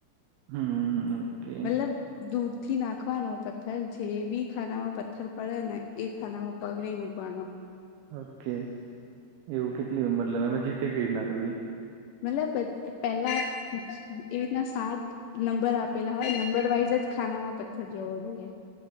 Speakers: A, on the right; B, on the left.
A: હમ ઓકે
B: મતલબ દૂરથી નાખવાનો પથ્થર જે બી ખાનામાં પથ્થર પડે ને એ ખાનામાં પગ નહી મૂકવાનો
A: ઓકે એવું કેટલી મતલબ એમાં જીતે કેવી રીતના ભ
B: મતલબ પેલા એવી રીતના સાત નંબર આપેલા હોય નંબર વાઈઝ બ જ ખાના માં પથ્થર જવો જોઈએ